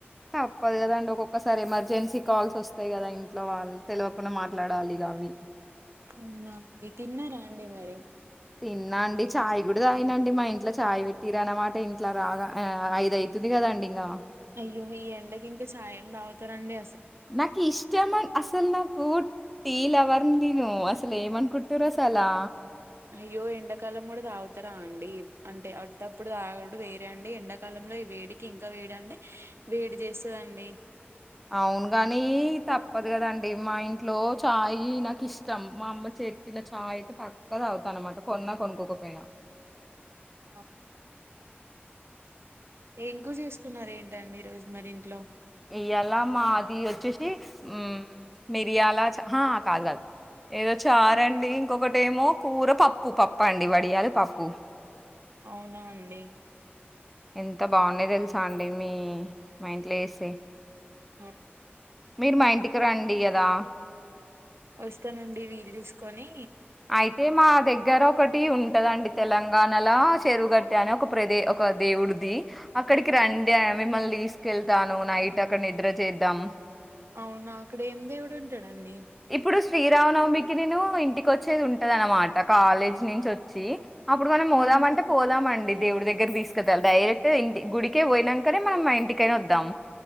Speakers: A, in the centre; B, on the right.
A: తప్పదు కదాండి ఒక్కొక్కసారి ఎమర్జెన్సీ కాల్స్ వస్తాయి కదా ఇంట్లో వాళ్ళు తెలియకుండా మాట్లాడాలి అవి
B: అవునఇతిన్న రాండిమరి
A: తిన్నా అండి చాయ్ కూడా తాగినండి మా ఇంట్లో చాయ్ పెట్టిర అన్నమాట ఇంట్లో రాగా ఆ ఐదవుతుంది కదండి ఇంగా
B: అయో ఈ ఎండకి ఇంకా ఛాయెంతాగురండి
A: నాకు ఇష్టం అసలు నాకు టీలవర్‌ ని నేనుఅసలు ఏమనుకుంటూరు రస అలా
B: అయ్యో ఎండాకాలం కూడా తాగుతారా అయ్యో ఎండ కాలం కూడ తాగుతార అండిఅంటే అటప్పుడు తాగుడు వేరే అండి ఎండాకాలంలో వేడికి ఇంకా వేడు అంటే వేడి చ చేస్తదండి
A: అవును ని తప్పదు కదండి మా ఇంట్లో చాయ్ నాకు ఇష్టం మా అమ్మ చెట్టిన చాయ్ అయితే పక్కద అవుతాను అనమాట కొన్నా కొనుక్కోకపోయి
B: అ ఎంకు రచేసుకున్నారు ఏంటండి ఈ రోజు మరి ఇంట్లో
A: ఇయ్యలా మాది వచ్చేసి ఉమ్ మిరియాల చా ఆహ్ కాద్ కాదు ఏదో చారండి ఇంకొకట్ టెమో కూర పప్పుూ పప్ పండి వడియాలు పప్పు
B: అవునా అండి
A: ఎంత బాగుంనాయో తెలుసా అండి మీ మీ ఇంట్లో ఏస్తే
B: ఆ
A: మీరు మా ఇంటికి రండి అదా
B: వస్తానండి వీలు చుసుకొని
A: అయితే మా దగ్గర ఒ ఒకటి ఉంటదండి తెలంగాణలో చెరువుగట్ట అని ఒక ప్రదే ఒక దేవుడిది అక్కడికి రండి మిమ్మల్ని తీసుకెళ్తాను నైట్ అక్కడ నిద్ర చేద్దాం
B: అవునా అక్కడ ఏం దేవుడు ఉంటాడు అండి
A: ఇప్పుడు శ్రీరామనవమికి నేను ఇంటికి వచ్చేది ఉంటదనమాట కాలేజ్ నుంచి వచ్చి అప్పుడు మనం పోదామంటే
B: ఉమ్
A: పోదామండి దేవుడి దగ్గర తీసుకెళ్తా డైరెక్ట్ ఇంటి గుడికే పోయినాంకనే మనం మా ఇంటికైన వద్దాం